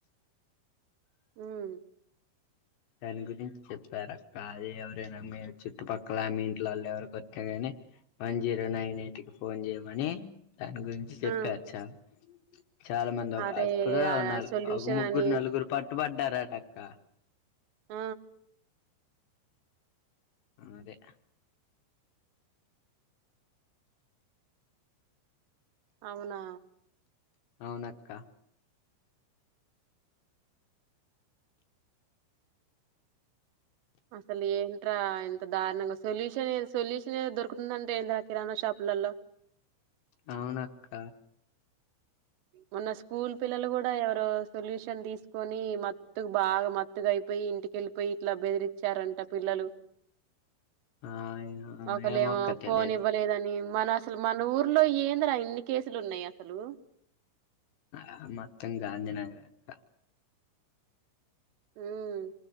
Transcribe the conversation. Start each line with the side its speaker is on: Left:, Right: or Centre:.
Right: హ్మ్
Left: దాని గురించి చెప్పారక్క అది ఎవరైనా మేము చుట్టుపక్కల మీ ఇంట్లోళ్ళ ఎవరికొత్తే గాని వన్ జీరో నైన్ ఎయిట్ కి ఫోన్ చేయమని దాని గురించి చెప్పారు
Right: ఉమ్
Left: చాలా చాలా మంది ఒక
Right: అరే
Left: అప్పుడు
Right: ఆ
Left: న
Right: సొల్యూషన్
Left: ఒక ముగ్గురు
Right: అని
Left: నలుగురు పట్టు పడ్డారుటక్క.
Right: ఆ
Left: అదే
Right: అవునా
Left: అవునక్క
Right: అసలు ఏంటరా ఇంత దార్ణంగా సొల్యూషన్ సొల్యూషన్ ఏ దొరుకుతుంద అంట ఏందరా కిరాణా షాప్ లల్లో
Left: అవునక్క
Right: మొన్న స్కూల్ పిల్లలు కూడా ఎవరో సొల్యూషన్ తీసుకొని మత్ తుకు బాగా మత్తుగా అయిపోయి ఇంటికెళ్ళిపోయి ఇట్లా బెదిరిచ్చారంట పిల్లలు
Left: ఆ
Right: ఒకలేమో
Left: ఏమోక్క తెలిదు
Right: ఫోన్ ఇవ్వలేదని మన అసలు మన ఊర్లో ఏందిరా ఇన్ని కేసులు ఉన్నాయి అసలు
Left: ఆ మొత్తం గాంధీ నగర్ అక్క
Right: ఊమ్